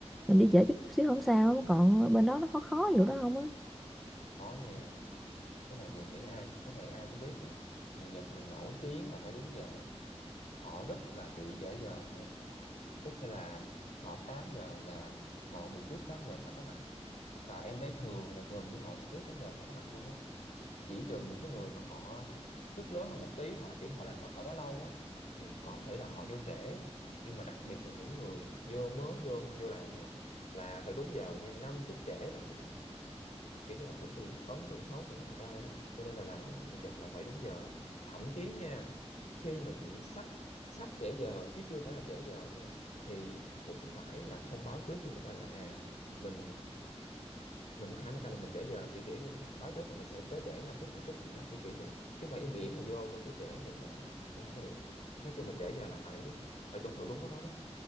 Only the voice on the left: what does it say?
có nha cái này thì em nghĩ ai cái này ai cũng biết mà người Nhật là nổi tiếng là phải đúng giờ họ rất là kỹ để giờ nha tức là họp 8 giờ là mọi người trước 8 giờ phải có mặt và em thấy thường là gần như mọi người trước 8 giờ phải có mặt luôn á chỉ trừ những cái người mà họ chức lớn hơn một tí hoặc là kiểu họ làm ở, ở đó lâu á thì có thể là họ vô trễ nhưng mà đặc biệt là những người vô mới vô hoặc vô làm nha là phải đúng giờ nha năm phút trễ là cũng kiểu như là cũng bị ấn tượng xấu trong mắt người ta á cho nên là làm người Nhật là phải đúng giờ thậm chí nha khi mà chị sắp sắp trễ giờ chứ chưa phải là trễ giờ nha thì cũng phải là thông báo trước cho người ta là à mình mình có khả năng cao là mình trễ giờ kiểu kiểu như đó. báo trước là mình sẽ tới trễ 5 phút 10 phút gì đó kiểu kiểu vậy chứ phải im ỉm mà vô rồi cái trễ vậy là cũng không có được nói chung là trễ giờ là phải phải tuân thủ đúng cái đó đó